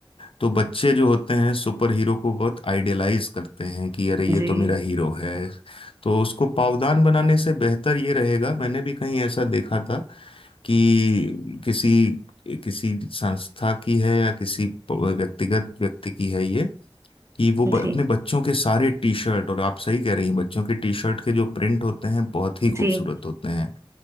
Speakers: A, on the left; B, on the right.
A: तो बच्चे जो होते हैं सुपर हीरो को बहुत आइडियलाइज करते हैं कि अरे ये
B: जी
A: तो मेरा हीरो है तो उसको पावदान बनाने से बेहतर ये रहेगा मैंने भी कहीं ऐसा देखा था कि किसी किसी संस्था की है या किसी प- व्यक्तिगत व्यक्ति की है ये कि वो ब,
B: जी
A: अपने बच्चों के सारे टी शर्ट और आप सही कह रही हैं बच्चों के टी शर्ट के जो प्रिंट होते हैं बहुत ही खूबसूरत
B: जी
A: होते हैं